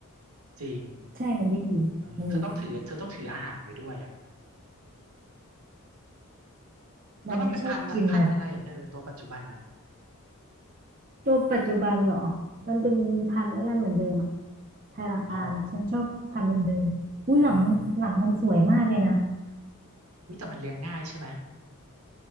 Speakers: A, on the right; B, on the right.
A: จริง
B: ใช่มันได้ยินมันรู้
A: เออเธอต้องถือเธอต้องถืออาหารไว้ด้วยอ่ะแล้วมันเป็นพันธุ์อะพันธุ์อะไรอะเธอตัวปัจจุบันอ่ะ
B: มันไม่ชอบกินนะ ตัวปัจจุบันเหรอ มันเป็นพันธุ์ไอ้นั่นเหมือนเดิมอะไทยหลังอานฉันชอบพันธุ์เดิมๆอุ้ยหลังมันหลังมันสวยมากเลยนะ
A: อ๋อเออ อุ้ยแต่มันเลี้ยงง่ายใช่ไหม